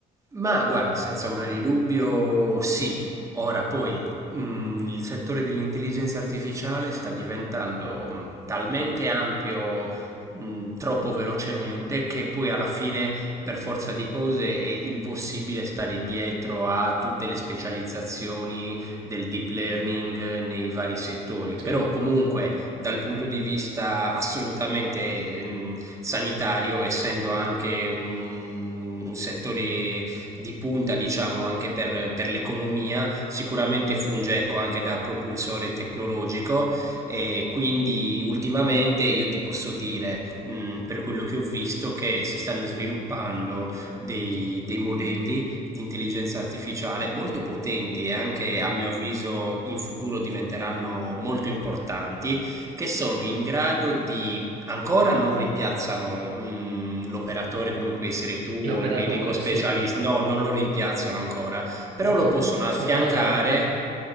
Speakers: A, on the right; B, on the right.
A: Ma guarda, senza ombra di dubbio, sì. Ora poi mh, il settore dell'intelligenza artificiale sta diventando mh, talmente ampio, mh, troppo velocemente, che poi alla fine, per forza di cose, è impossibile stare dietro a tutte le specializzazioni del deep learning eh, nei vari settori. Però
B: Sì,
A: comunque, dal punto di vista assolutamente mh, sanitario, essendo anche un un settore di punta, diciamo, anche per, per l'economia, sicuramente funge, ecco, anche da propulsore tecnologico e quindi ultimamente io ti posso dire, mh, per quello che ho visto, che si stanno sviluppando dei, dei modelli di intelligenza artificiale molto potenti e anche, a mio avviso, in futuro diventeranno molto importanti, che sono in grado di ancora non rimpiazzano mm, l'operatore come puoi essere tu o
B: l'operatore,
A: il medico specialista,
B: sì,
A: no, non lo rimpiazzano ancora, però
B: ok.
A: lo possono affiancare.
B: Fortunatamente,